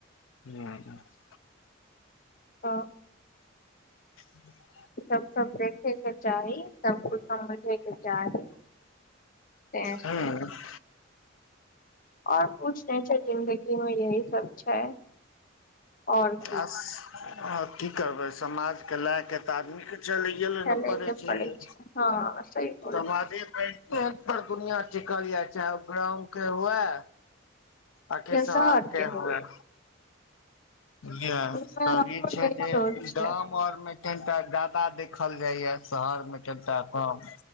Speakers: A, on the left; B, on the left.
A: हू <unintelligible>
B: हँ
A: <inaudible>
B: सब सब देखै के चाही सबकुछ समझै के चाही तँ छै
A: ह
B: आओर कुछ नै छै जिंन्दगी मे यही सब छै और की
A: आस की करबै समाजके लए क तऽ आदमीके चलिये लए
B: चले
A: नै परै
B: के
A: छैयै
B: पड़ै छै हँ सही बोल
A: समादे पेट पर दुनिया टिकल य चाहे ओ ग्राम के हुए आखि
B: या
A: सहर
B: शहर
A: के
B: हुए
A: हय याँ
B: ओहिमे
A: तब
B: हमरो
A: ई छै
B: यही
A: जेदाम
B: सोच छै
A: गर मे कनिटा जायदा देखल जाइया शहर मे कनिटा कम